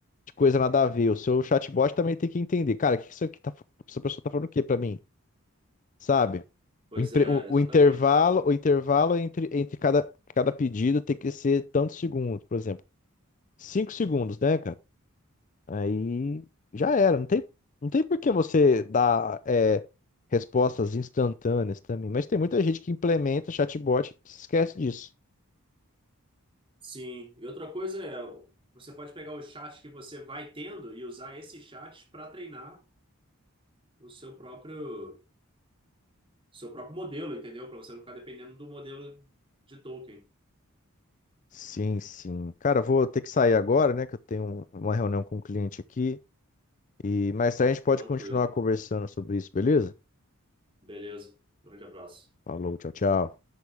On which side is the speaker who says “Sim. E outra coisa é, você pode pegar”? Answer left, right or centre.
Right